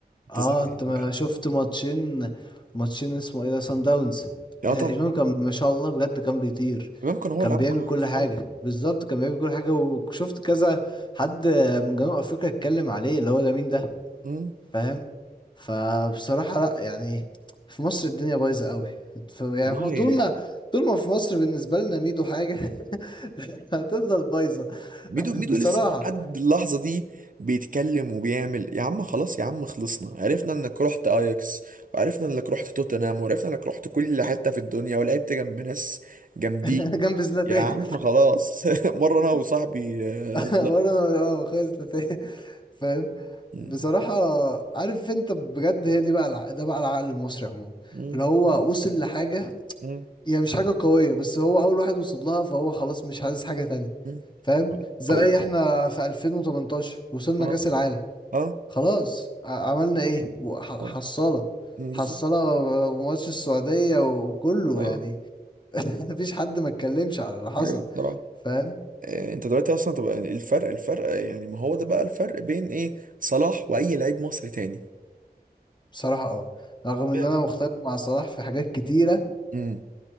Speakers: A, on the right (about 55°); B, on the left (about 25°).
A: انت
B: اه
A: ازاي ما تعرفوش؟
B: انت ما شفت ماتشين ماتشين اسمه ايه ده سان داونز
A: لا
B: آه،
A: طبعا
B: امام كان ما شاء الله بجد كان بيطير
A: امام كان هو
B: كان
A: اللي عمل
B: بيعمل
A: كل حاجه
B: كل
A: في
B: حاجه
A: الملعب
B: بالظبط كان بيعمل كل حاجه وشفت كذا حد من جنوب افريقيا اتكلم عليه اللي هو ده مين ده
A: مم.
B: فاهم فبصراحة لا يعني في مصر الدنيا بايظة قوي ف- يعني
A: والله
B: في م- طول ما طول ما في مصر بالنسبة لنا ميدو حاجة <laughs> هتفضل بايظة
A: ميدو
B: <laughs>
A: ميدو
B: بصراحة
A: لسه لحد اللحظه دي بيتكلم وبيعمل يا عم خلاص يا عم خلصنا عرفنا انك رحت اياكس وعرفنا انك رحت توتنهام وعرفنا انك رحت كل حته في الدنيا ولعبت جنب ناس جامدين
B: <laughs> جنب زلاتان
A: يا عم خلاص <laughs> مره انا وصاحبي آه،
B: <laughs> ورا
A: لا
B: انا اه خالص زلاتان <laughs> فاهم
A: مم.
B: بصراحة عارف انت بجد هي دي بقى الع... ده بقى العقل المصري عموما
A: مم.
B: اللي هو وصل لحاجة
A: مم.
B: هي مش حاجة قوية بس هو أول واحد وصل لها فهو خلاص مش عايز حاجة تانية
A: مم.
B: فاهم زي
A: او
B: احنا في 2018 وصلنا
A: <laughs> اه
B: كأس العالم
A: اه
B: خلاص ع- عملنا ايه وح-
A: اه
B: حصالة
A: مم،
B: حصالة
A: بالظبط
B: وماتش السعودية وكله
A: اه
B: يعني <laughs> مفيش حد ما اتكلمش على اللي حصل
A: ايوه بصراحه
B: فاهم
A: آه، انت دلوقتي اصلا تبقى الفرق الفرق يعني ما هو ده بقى الفرق بين ايه صلاح واي لعيب مصري تاني
B: بصراحة اه رغم ان
A: امبارح
B: انا مختلف مع صلاح في حاجات كتيرة
A: امم